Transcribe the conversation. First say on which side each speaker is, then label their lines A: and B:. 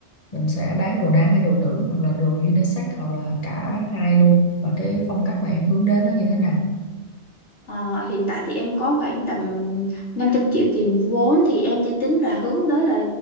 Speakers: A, on the left; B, on the left.
A: mình sẽ bán đồ nam hay đồ nữ hoặc là đồ unisex hoặc là cả hai luôn và cái phong cách mà em hướng đến nó như thế nào
B: Ờ, hiện tại thì em có khoảng tầm 500 triệu tiền vốn thì em chỉ tính là hướng tới là